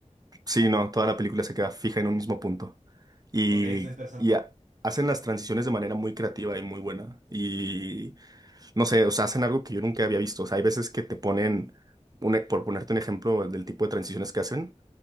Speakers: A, on the right; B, on the right.
A: Sí, no, toda la película se queda fija en un mismo punto. Y,
B: Ok, está interesante.
A: y ha- hacen las transiciones de manera muy creativa y muy buena. Y no sé, o sea, hacen algo que yo nunca había visto. O sea, hay veces que te ponen, un e- por ponerte un ejemplo del tipo de transiciones que hacen,